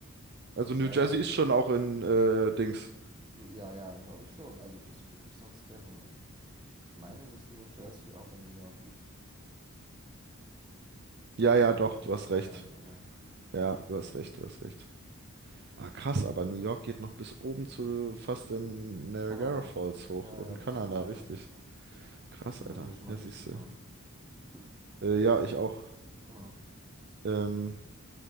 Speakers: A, on the right (about 50°); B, on the right (about 20°).
A: Also New
B: Ja,
A: Jersey
B: ja.
A: ist schon auch in äh, Dings.
B: So, ja, ja, glaube ich schon. Also das würde mich sonst sehr wundern. Ich meine, dass New Jersey auch in New York liegt.
A: Ja, ja,
B: Ah,
A: doch,
B: jetzt.
A: du hast recht.
B: Ja, genau.
A: Ja, du hast recht, du hast recht. Ah, krass, aber New York geht noch bis oben zu fast in Niagara
B: Kanada.
A: Falls hoch
B: Ja,
A: und
B: ja, bis
A: Kanada,
B: Kanada.
A: richtig. Krass,
B: Bin
A: Alter.
B: da sogar schon mal
A: Ja,
B: durchgefahren.
A: siehst du.
B: Hm.
A: Äh, ja, ich auch.
B: Ah,
A: Ähm,